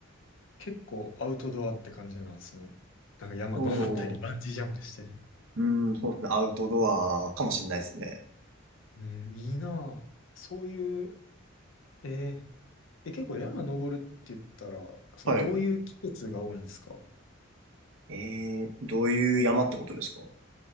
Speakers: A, on the left; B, on the right.
A: 結構アウトドアって感じなんですね。なんか山登ったり、
B: お
A: バンジージャンプしたり。
B: うん、そうですね。アウトドアかもしれないですね。
A: うん、いいなぁ。そういう、えーえ、結構山登るって言ったら、そのどういう季節が多いんですか
B: はい。えー、どういう山ってことですか